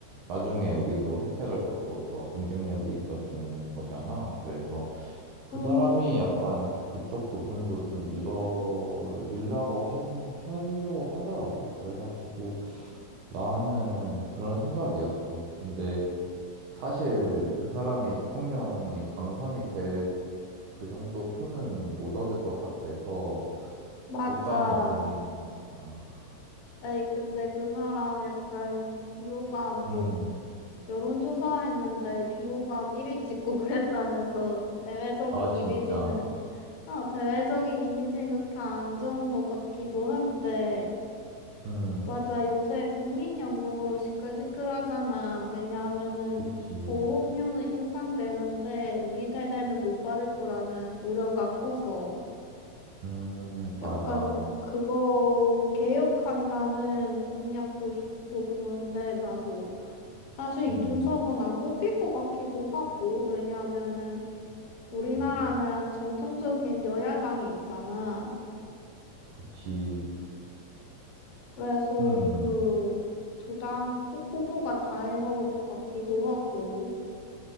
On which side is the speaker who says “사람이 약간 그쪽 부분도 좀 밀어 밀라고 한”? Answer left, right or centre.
Right